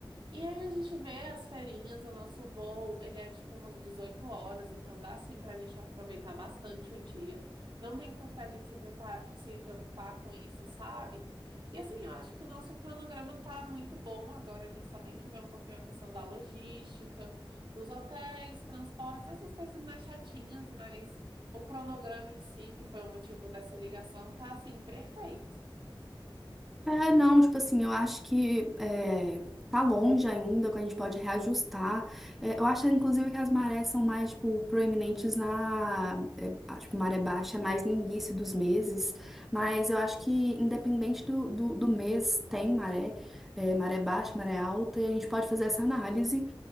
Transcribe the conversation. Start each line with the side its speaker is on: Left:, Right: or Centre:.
Right: E aí a gente vê as feirinhas, o nosso voo, ele é tipo umas 18 horas, então dá sim pra gente aproveitar bastante o dia. Não tem por que a gente se prepar- se preocupar com isso, sabe? E assim, eu acho que o nosso cronograma tá muito bom agora, a gente só tem que ver um pouquinho a questão da logística dos hotéis, transportes, essas coisas mais chatinhas, mas o cronograma em si, que foi o motivo dessa ligação, tá assim, perfeito.
Centre: É, não, tipo assim, eu acho que é, tá longe ainda, que a gente pode reajustar. É, eu acho, inclusive, que as marés são mais, tipo, proeminentes na, é, a- tipo, maré baixa, é mais no início dos meses. Mas eu acho que, independente do, do, do mês, tem maré, é, maré baixa, maré alta, e a gente pode fazer essa análise.